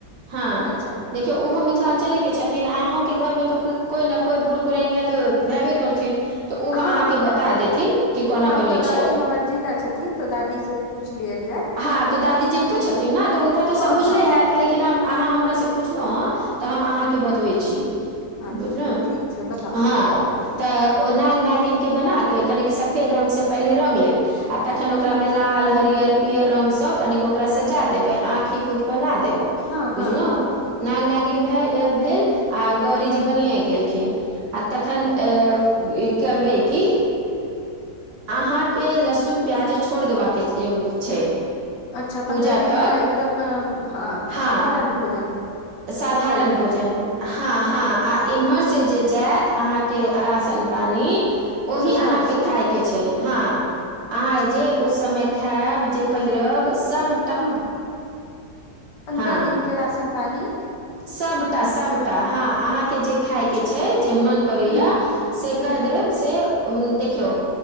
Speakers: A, on the right (about 80°); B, on the left (about 75°).
A: हँ
B: अच्छा
A: देखियऔ ओहो मे मिथिलाञ्चले के छथिन आ अहूँके घरमे तऽ कोइ ने कोइ बुढ़ पुरैनिया तऽ हैबे करथिन तऽ ओहो
B: हँ
A: अहाँके
B: हँ
A: बता देथिन कि कोना
B: ओ
A: बनै
B: तऽ दादी
A: छै
B: हमर जिन्दा छथिन छथिन तऽ दादी से पूछछि लियल जायत
A: हँ तऽ दादी जिबते छथिन न तऽ हुनका तऽ सब
B: हँ
A: बुझले
B: हँ
A: हैत लेकिन आहाँ हमरा स पुछनु ह तऽ हम अहाँके बतबै छी।
B: अच्छा
A: बुझल
B: ठीक छै बताउ
A: हँ तऽ ओ नाग नागिनके बनाके कनिक सफेद रंग से पहिले रग लेब आ तखन ओकरामे
B: ठीक छै
A: लाल हरियर पीयर रंग सँ कनि ओकरा सजा देब, आँखि सेहो बना देबे
B: हँ हँ
A: बुझलो,
B: हँ ठीक
A: नाग-नागिन
B: छै
A: भेल आ गौरीजी
B: ह
A: बनिए गेलखिन आ तखन अ करबै की अहाँके लहसुन प्याज छोड़ देबाक छै
B: अच्छा
A: पूजा
B: पन्द्रह दिन
A: तक
B: एकदम हँ
A: हँ
B: साधारण भोजन
A: साधारण
B: करैके
A: भोजन
B: पड़त
A: हँ हँ आ एम्हरसँ जे जायत अहाँके राशन पानी ओही
B: ससुरार
A: अहाँके
B: से
A: खाायके छै हँ अहाँ
B: अच्छा
A: जे ओ समय खायब जे पहिरब सभ
B: हँ, पन्द्रह
A: हँ
B: दिनक राशन-पानी।
A: सभटा सभटा हँ अहाँके जे खायके
B: अच्छा
A: छै जे मोन करैए
B: हू
A: से
B: हू
A: कह
B: हू
A: देब से उ देखियौ